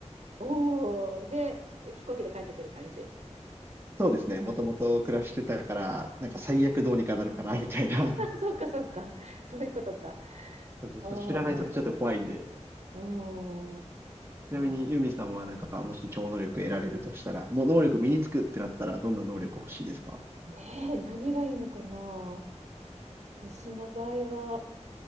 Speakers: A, on the right; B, on the right.
A: おお、で、飛行機で帰ってくる感じ。
B: そうですね。もともと暮らしてたから、
A: うん
B: なんか最悪どうにかなるかな、みたいな。<laughs>
A: <laughs> あ、そうか、そうか。そういうことか。
B: そうですね。
A: おお、
B: ちょっと知らないとちょっと怖いんで。
A: なるほど。おお、
B: ちなみに、
A: なる
B: ユミさんはなんか、もし超能力得られるとしたら、もう能力身につくってなったら、どんな能力欲しいですか
A: ねえ、何がいいのかな。私の場合は、